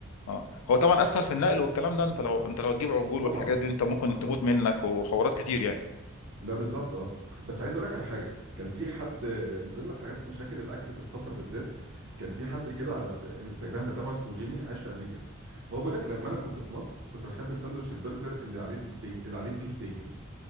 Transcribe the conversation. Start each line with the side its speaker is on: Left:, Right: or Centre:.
Left: اه هو طبعا اسهل في النقل والكلام ده انت لو انت لو تجيب عجول
Right: طبعا
Left: والحاجات دي انت ممكن
Right: طبعا
Left: تموت منك
Right: طبعا
Left: وحوارات كتير يعني
Right: لا بالظبط اه بس عايز اقول لك على حاجه كان في حد آه، من ضمن الحاجات مشاكل الاكل في السفر بالذات كان في حد كده على ت- انستجرام بتابعه اسمه جيمي عايش في امريكا هو بيقول لك لما انا كنت في مصر كنت بحب الساندوتش البرجر اللي عليه بيف بيك اللي عليه بيف بيكن